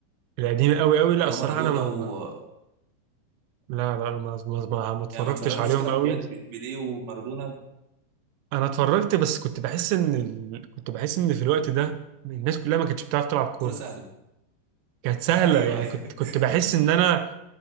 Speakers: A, on the right (about 85°); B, on the right (about 55°).
A: القديم قوي قوي لا
B: اللي
A: الصراحة
B: هو مارادونا
A: انا ما
B: و
A: ما- لا لا ما ما ما ما اتفرجتش
B: يعني ما اتفرجتش
A: عليهم
B: كده على
A: قوي
B: فيديوهات بيليه ومارادونا
A: انا اتفرجت بس كنت بحس ان ال... كنت بحس ان في الوقت ده الناس كلها ما كانتش بتعرف تلعب كوره
B: كرة سهلة
A: كانت سهله
B: ايوه
A: يعني
B: ايوه
A: كنت كنت بحس ان انا